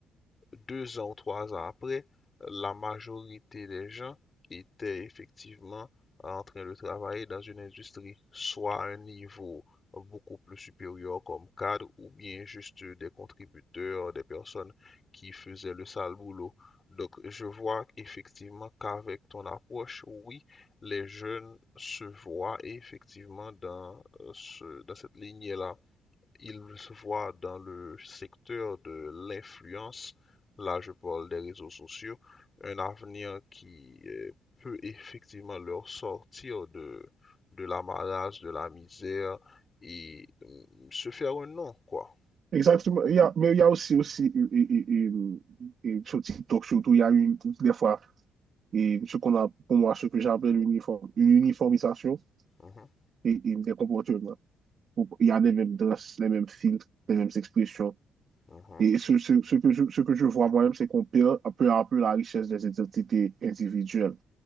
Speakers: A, on the left; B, on the right.
A: deux ans ou trois ans après, la majorité des gens étaient effectivement en train de travailler dans une industrie, soit à un niveau beaucoup plus supérieur comme cadre, ou bien juste des contributeurs, des personnes qui faisaient le sale boulot. Donc, je vois effectivement qu'avec ton approche, oui, les jeunes se voient effectivement dans, euh, ce- dans cette lignée-là. Il se voit dans le secteur de l'influence, là je parle des réseaux sociaux, un avenir qui euh, peut effectivement leur sortir de, de l'amarrage, de la misère et mm, se faire un nom, quoi.
B: Exactement. Il y a, mais il y a aussi, aussi et, et- et- et sur TikTok, surtout, il y a une, des fois, et ce qu'on a, pour moi, ce que j'appelle uniforme, une uniformisation
A: Mhm,
B: et, et des comportements. Il y a les mêmes danses, les mêmes filtres, les mêmes expressions,
A: mhm,
B: Et ce, ce- ce que je, ce que je vois moi-même, c'est qu'on perd peu à peu la richesse des identités individuelles.